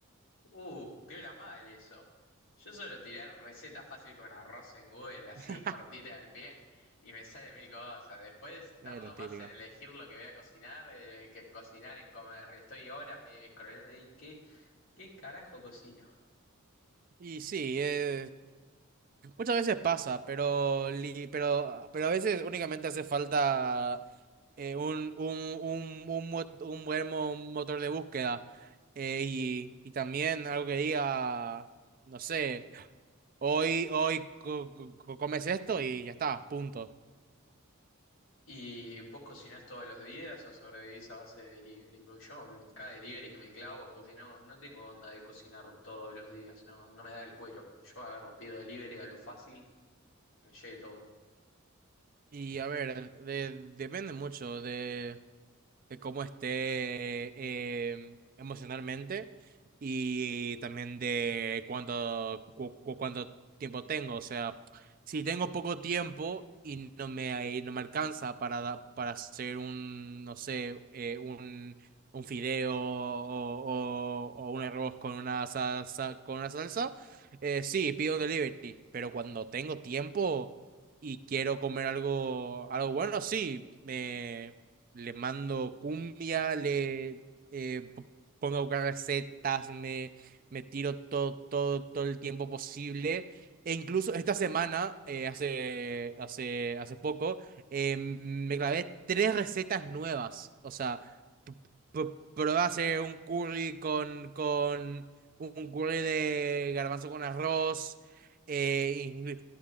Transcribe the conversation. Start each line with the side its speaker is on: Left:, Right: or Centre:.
Left: Uh, piola mal eso. Yo solo tiré receta fácil con arroz en Google, así
Right: <laughs>
Left: cortita al pie, y me sale mil cosas. Después tardo
Right: Es la típica.
Left: más en elegir lo que voy a cocinar eh, que en cocinar, en comer. Estoy horas mi- scrollando y ¿qué, qué carajo cocino?
Right: Y sí, eh, muchas veces pasa, pero, li- pero, pero a veces únicamente hace falta eh, un, un, un, un, mo- un buen mo- motor de búsqueda eh, y, y también algo que diga, no sé, hoy, hoy co- co- co- comes esto y ya está, punto.
Left: ¿Y vos cocinás todos los días o sobrevivís a base de delivery? Porque yo mm, cada delivery que me clavo, porque no, no tengo onda de cocinar todos los días, no, no me da el cuero. Yo agarro, pido delivery a lo fácil, me llegue todo.
Right: Y a ver, de- depende mucho de, de cómo esté eh, emocionalmente y también de cuánto, cu- cu- cuánto tiempo tengo. O sea, si tengo poco tiempo y no me, y no me alcanza para, da- para hacer un, no sé, eh, un, un fideo o, o, o un arroz con una salsa, con una salsa, eh, sí, pido un delivery. Pero cuando tengo tiempo y quiero comer algo, algo bueno, sí, me, le mando cumbia, le eh, p- pongo a buscar recetas, me, me tiro todo, todo, todo el tiempo posible. E incluso esta semana, eh, hace, hace, hace poco, eh, me grabé tres recetas nuevas. O sea, p- p- probé a hacer un curry con, con un curry de garbanzo con arroz. Eh,